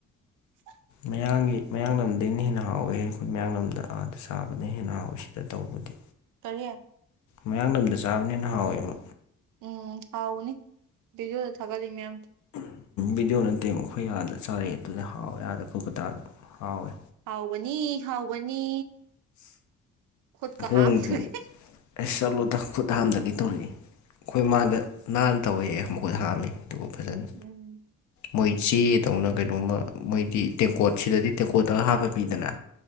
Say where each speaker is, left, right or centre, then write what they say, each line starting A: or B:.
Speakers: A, on the right; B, on the left.
A: <inaudible>
B: ꯃꯌꯥꯡꯒꯤ ꯃꯌꯥꯡ ꯂꯝꯗꯒꯤꯅ ꯍꯦꯟꯅ ꯍꯥꯎꯋꯦꯍꯦ ꯑꯩꯈꯣꯏ ꯃꯌꯥꯡꯂꯝꯗ ꯑꯥꯗ ꯆꯥꯕꯅ ꯍꯦꯟꯅ ꯍꯥꯎꯋꯤ ꯁꯤꯗ ꯇꯧꯕꯗꯤ
A: ꯀꯔꯤ
B: ꯃꯌꯥꯡꯂꯝꯗ ꯆꯥꯕꯅ ꯍꯦꯟꯅ ꯍꯥꯎꯋꯦꯕ
A: ꯎꯝ ꯍꯥꯎꯕꯅꯤ ꯕꯤꯗꯤꯑꯣꯗ ꯊꯥꯒꯠꯂꯤ ꯃꯌꯥꯝ
B: ꯚꯤꯗꯤꯑꯣ ꯅꯠꯇꯦ ꯑꯩꯈꯣꯏ ꯑꯥꯗ ꯆꯥꯔꯛꯑꯦ ꯑꯗꯨꯗꯤ ꯍꯥꯎꯋꯦ ꯑꯥꯗ ꯀꯣꯜꯀꯇꯥꯗ ꯍꯥꯎꯋꯦ
A: ꯍꯥꯎꯕꯅꯤ ꯍꯥꯎꯕꯅꯤ ꯈꯨꯠꯀ
B: ꯈꯣꯡꯖꯨ
A: ꯍꯥꯝꯗꯒꯩ
B: ꯑꯩ ꯆꯠꯂꯨꯗ ꯈꯨꯠ ꯍꯥꯝꯗꯒꯤ ꯇꯧꯔꯤꯌꯦ ꯑꯩꯈꯣꯏ ꯃꯥꯡꯗ ꯅꯥꯟꯅ ꯇꯧꯋꯌꯦ ꯃꯈꯨꯠ ꯍꯥꯝꯃꯤ ꯑꯗꯨꯝ ꯐꯖꯅ
A: ꯎꯝ
B: ꯃꯣꯏ ꯆꯦꯗꯧꯅ ꯀꯩꯅꯣꯝꯃ ꯃꯣꯏꯗꯤ ꯇꯦꯡꯀꯣꯠ ꯁꯤꯗꯗꯤ ꯇꯦꯡꯀꯣꯠꯇꯒ ꯍꯥꯞꯄ ꯄꯤꯗꯅ